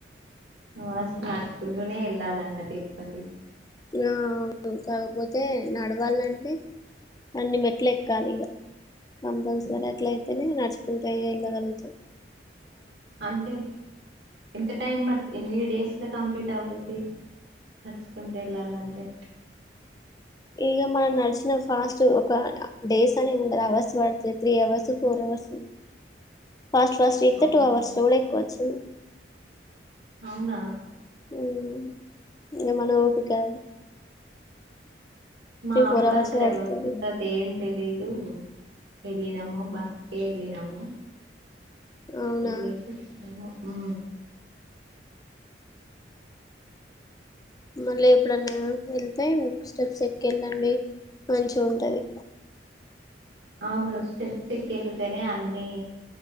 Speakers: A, on the right; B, on the left.
A: ఊ ఆసలు నడుచుకుంటూనే వెళ్ళాలంట తిరుపతి
B: ఆ అవును కాకపోతే నడవాలంటే అన్ని మెట్ల ఎక్కాలి ఇగ కంపల్సరీ అట్ల అయితేనే నడుచుకుంటు ఎళ్ళగలుగుతాం
A: అంతే ఎంత టైం బట్ ఎన్ని డేస్ ఇలా కంప్లీట్ అవుద్ది నడుచుకుంటు ఎలలంటే
B: ఇగ మనం నడిచిన ఫాస్ట్ ఒక డేస్ అని ఉండదు అవర్స్ పడతది three hours four hours fast first ఎక్
A: అవునా
B: తె టూ అవర్స్ లో కూడా ఎక్కుచ్చు ఉమ్
A: అవునా
B: ఊమ్ ఇగ మన ఒపిక అది
A: మా
B: త్రీ ఫోర్
A: అప్పుడు
B: అవర్స్
A: అసలెవ్
B: పడుతుంది
A: అంత ఏం తెలీదు వెళ్ళినామో బస్కే లినము
B: అవునా
A: ఏలేసోచినము ఆ
B: మళ్ళీ ఎప్పుడన్నా వెళ్తే స్టెప్స్ ఎక్కి ఎళ్ళండి మంచి ఉంటది
A: అవును స్టెప్స్కికెల్తేనే అన్ని